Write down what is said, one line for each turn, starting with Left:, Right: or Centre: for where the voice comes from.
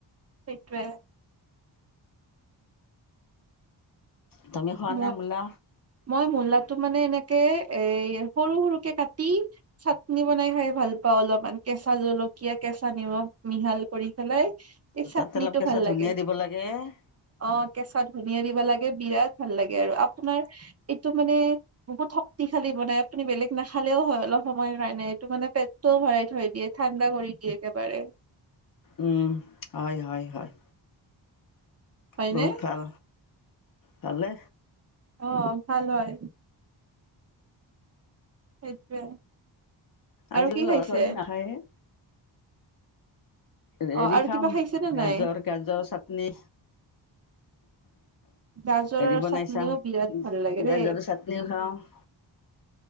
Right: সেইটোয়ে
Left: তুমি খোৱানে
Right: মই
Left: মূলা
Right: মই মূলাটো মানে এনে কে এই সৰু সৰুকে কাটি, চাটনি বনাই খাই ভাল পাওঁ অলপমান কেঁচা জলক কীয়া, কেঁচা নিমখ মিহাল কৰি পেলাই এই চাটনিটো
Left: তাত অলপ কেঁচা
Right: ভাল
Left: ধনিয়া
Right: লাগে
Left: দিব লাগে
Right: অ কেঁচা ধনিয়া দিবা লাগে বিৰাট। ভাল লাগে আৰু আপোনাৰ এইটো মানে বহুত শক্তিশালী বনাই আপুনি বেলেগ নাখালেও হয় অলপ। সময়ো নাই নে এইটো মানে পেটটোও ভৰাই থৈ দিয়ে, ঠাণ্ডা কৰি দিয়ে একেবাৰে।
Left: উম হয়- হয়- হয়
Right: হয়নে
Left: বহুত ভাল ভালে
Right: অ 'ভাল হয় সেইটোৱে আৰু
Left: আজিৰ
Right: কি
Left: ল'ৰা
Right: খাইছে
Left: ছোৱালী নাখায়ে। হেৰি
Right: অ আৰু
Left: খাম
Right: কিবা খাইছে নে
Left: গাজৰ
Right: নাই
Left: গাজৰ চাটনি
Right: গাজৰৰ
Left: হেৰি বনাই
Right: চাটনিও
Left: চাও
Right: বিৰাট ভাল লাগে দেই
Left: গাজৰৰ চাটনিও খাওঁ। <inaudible>